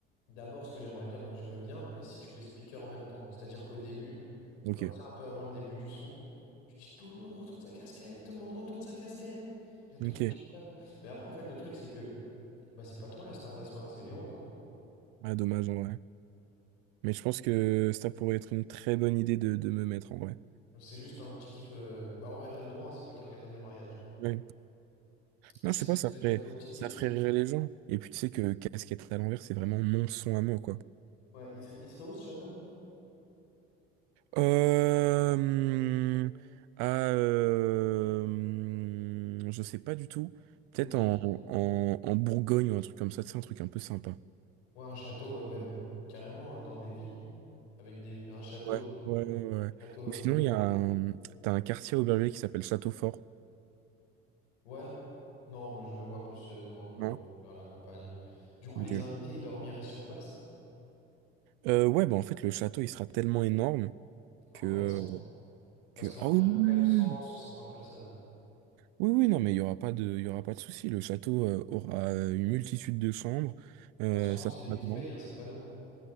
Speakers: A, on the left (about 80°); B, on the right (about 70°).
A: D'abord, ce que j'aimerais bien, euh, je veux bien, mais si tu fais speaker en même temps. C'est-à-dire qu'au début,
B: Ok,
A: Genre, tu sais, un peu avant le début du son. Je dis, tout le monde retourne sa casquette, tout le monde retourne sa casquette. Puis Là, tout
B: ok.
A: le monde dit, ouais, ouais. Mais après, en fait, le truc, c'est que bah, c'est pas toi la star de la soirée, c'est Léon, quoi.
B: Ah, dommage en vrai. Mais je pense que ça pourrait être une très bonne idée de, de me mettre en vrai.
A: C'est juste un petit kiff. euh, Bah, en vrai, t'as le droit, hein, c'est toi qui organise le mariage.
B: Ouais.
A: Il
B: Non,
A: serait
B: je sais pas,
A: où
B: ça
A: ce
B: ferait,
A: château? Petite
B: ça
A: question,
B: ferait
A: il
B: rire
A: serait où?
B: les gens. Et puis tu sais que casquette à l'envers, c'est vraiment mon son à moi, quoi.
A: Ouais, il serait, il serait où ce château?
B: Euh, hum, ah, euh, hum, je sais pas du tout. Peut-être
A: Ok.
B: en,
A: Bon.
B: en, en Bourgogne ou un truc comme ça, c'est un truc un peu sympa.
A: Ouais, un château, euh, bah, b- carrément euh, dans des vignes. Avec des, un château.
B: Ouais,
A: euh,
B: ouais, ouais. ouais.
A: château euh,
B: Ou sinon, il y a un, t'as un quartier à Aubervilliers qui s'appelle Châteaufort,
A: Ouais. Non, mais je le vois plus. euh, non, je le
B: non?
A: vois plus vers la campagne. Du coup, les
B: Ok.
A: invités, ils dormiraient sur place?
B: Euh, ouais, bah en fait, le château, il sera tellement énorme
A: Ah
B: que...
A: ouais,
B: euh,
A: Parce
B: que...
A: qu'on
B: Ah
A: prévoit
B: oui, oui,
A: quand
B: oui,
A: même
B: oui,
A: cent
B: oui.
A: cent cinquante personnes. hein.
B: Oui, oui, non, mais il y aura pas de, il y aura pas de souci. Le château euh, aura euh, une multitude de chambres. Euh,
A: Rassure-moi,
B: ça
A: c'est
B: sera
A: lui qui
B: grand.
A: paye, hein, c'est pas nous.